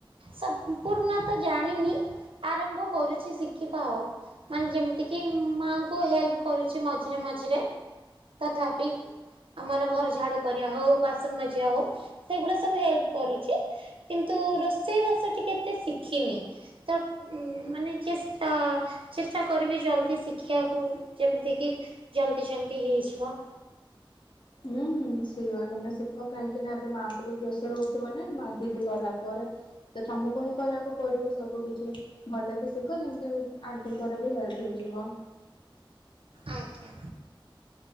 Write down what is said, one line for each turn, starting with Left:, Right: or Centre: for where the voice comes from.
Right: ସମ୍ପୂର୍ଣ୍ଣ ତ ଜାଣିନି, ଆରମ୍ଭ କରୁଛି ଶିଖିବା ଆଉ ମାନେ ଯେମିତିକି ମାଆଙ୍କୁ ହେଲ୍ପ କରୁଛି ମଝିରେ ମଝିରେ ତଥାପି ଆମର ଘର ଝାଡ଼ୁ କରିବା ହଉ, ବାସନ ମାଜିବା ହଉ, ସେଗୁଡ଼ା ସବୁ ହେଲ୍ପ କରୁଛି କିନ୍ତୁ ରୋଷେଇବାସ ଟିକେ ଏତେ ଶିଖିନି। ତ ମାନେ ଚେଷ୍ଟା ଚେଷ୍ଟା କରିବି ଜଲ୍ଦି ଶିଖିଆକୁ, ଯେମିତିକି ଜଲ୍ଦି ଜଲ୍ଦି ହେଇଯିବ
Left: ହୁଁ ହୁଁ ସିଓର୍ ତମେ ଶିଖ କାହିଁକି ନା ଏବେ ମାଆଙ୍କୁ ବି ପ୍ରେସର ହଉଥିବ ନା ମା ଦିଦି ଗଲା ପରେ ତ ତମକୁ ହିଁ କରିବାକୁ ପଡିବ ସବୁ କିଛି ଭଲ କି ଶିଖ ଯେମିତି ଆଣ୍ଟିଙ୍କର ବି ହେଲ୍ପ ହେଇଯିବ।
Right: ଆଜ୍ଞା